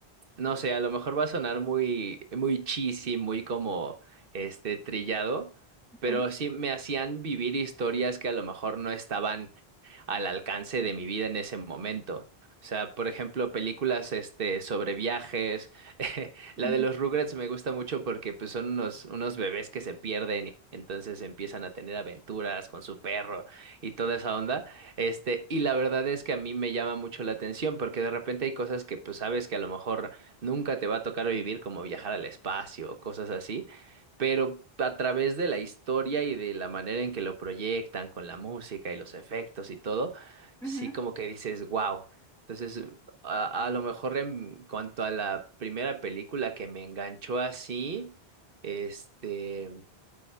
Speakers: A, on the right; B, in the centre.
A: No sé, a lo mejor va a sonar muy, muy cheesy, muy como este trillado,
B: Ajá.
A: pero sí me hacían vivir historias que a lo mejor no estaban al alcance de mi vida en ese momento. O sea, por ejemplo, películas este, sobre viajes. <laughs> La
B: Ujú.
A: de los Rugrats me gusta mucho porque pues, son unos, unos bebés que se pierden y entonces empiezan a tener aventuras con su perro y toda esa onda. Este, y la verdad es que a mí me llama mucho la atención porque de repente hay cosas que pues sabes que a lo mejor nunca te va a tocar vivir, como viajar al espacio o cosas así pero a través de la historia y de la manera en que lo proyectan con la música y los efectos y todo, sí
B: Ujú.
A: como que dices, wow. Entonces, a, a lo mejor en cuanto a la primera película que me enganchó así, este,